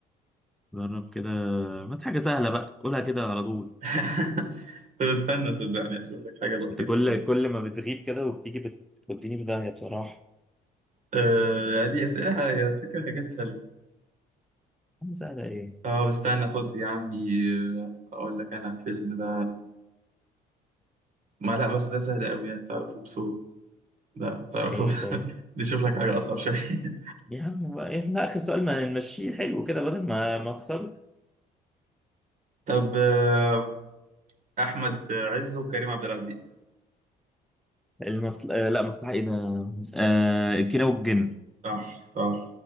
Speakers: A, in the centre; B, on the right.
A: جرب كده هات حاجة سهلة بقى قولها كده على طول
B: <laughs> طب استنى صدقني اشوف لك حاجه لطيفه
A: عشان انت كل
B: كده
A: كل ما بتغيب كده وبتيجي بت- بتوديني في داهية بصراحة
B: آه دي اسئله على فكره حاجات
A: عم سهلة ايه
B: طب استنى خد يا عمي آه، اقول لك انا فيلم ده ما لا بس ده سهل قوي يعني تعرفه بسهوله لا تعرفه
A: ايه
B: بسهوله
A: طيب
B: <laughs> دي شوف لك حاجه اصعب شويه <laughs>
A: يا عم بقى إيه؟ لا آخر سؤال ما نمشيه حلو كده بدل ما ما أخسر
B: طب آه، احمد عز وكريم عبد العزيز
A: المصل... آه لا مصلحة ايه ده آه الكيرة والجن
B: صح صح